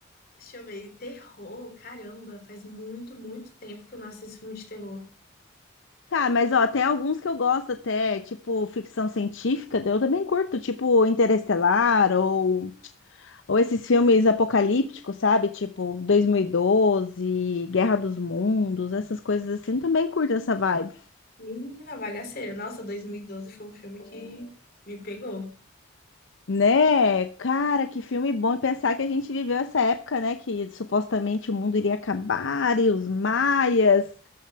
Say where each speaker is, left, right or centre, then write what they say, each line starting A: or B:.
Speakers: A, on the left; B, on the left.
A: Deixa eu ver, terror, caramba, faz muito, muito tempo que eu não assisto filme de terror.
B: Cara, mas ó, tem alguns que eu gosto até, tipo ficção científica, eu também curto, tipo Interestelar ou, ou esses filmes apocalípticos, sabe? Tipo 2012, Guerra dos Mundos, essas coisas assim, também curto essa vibe.
A: Menina, Bagaceira, nossa, 2012 foi um filme que me pegou.
B: Né? Cara, que filme bom e pensar que a gente viveu essa época, né? Que supostamente o mundo iria acabar e os maias